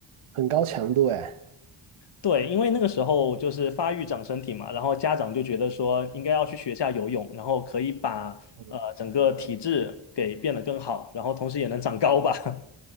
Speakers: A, on the right; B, on the left.
A: 很高强度哎。
B: 对，因为那个时候就是发育长身体嘛，然后家长就觉得说应该要去学下游泳，然后可以把呃整个体质给变得更好，
A: 嗯
B: 然后同时也能长高吧。<laughs>